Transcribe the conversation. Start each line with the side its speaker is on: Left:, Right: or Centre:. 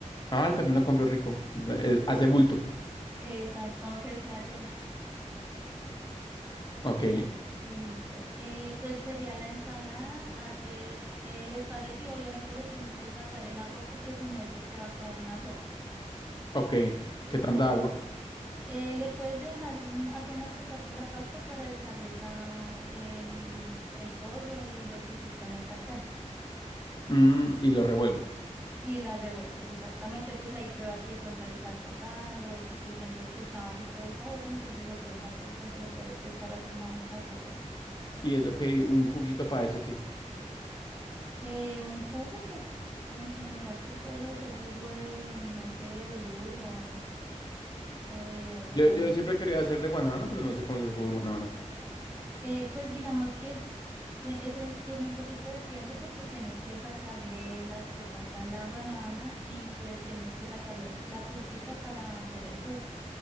Left: Ah, el pepino compro rico. eh,
Right: Exacto,
Left: Hace bulto.
Right: exacto, aunque sea llena.
Left: Ok,
Right: Listo. Eh, pues sería la ensalada, haces el espagueti, obviamente le tienes que sacar el agua porque si no eso te va a quedar una sopa.
Left: ok. ¿Qué tanta
Right: Entonces,
Left: agua?
Right: eh, le puedes dejar mm, apenas que tape la pasta para echarle ya el, el pollo y lo que hiciste en el sartén
Left: Mm, y lo revuelvo.
Right: y la revuelves exactamente, pues ahí pruebas si de pronto le falta sal o si tú sientes que está bajito de sabor, entonces le puedes, ape- o se le puedes echar alguna otra cosa.
Left: ¿Y eso qué? ¿Un juguito para eso qué?
Right: Eh, un jugo, pues en general tú puedes hacer jugo de, no sé, de lulo o o de otro.
Left: Yo, yo siempre quería hacer de guanábana, pero no sé cómo se hace jugo de guanábana.
Right: Eh, pues digamos que te- eso tiene un poquito de tiempo porque tienes que sacarle las pepas a la guanábana y pues tienes que sacar las- la pulpita para hacer el jugo.